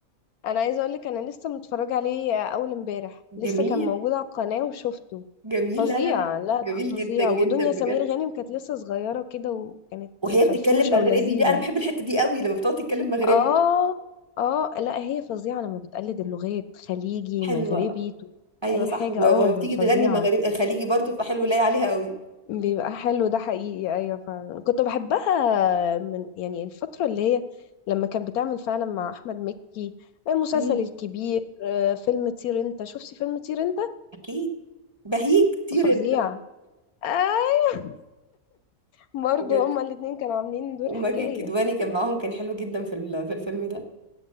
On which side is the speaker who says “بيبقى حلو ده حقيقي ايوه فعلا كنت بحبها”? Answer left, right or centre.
Left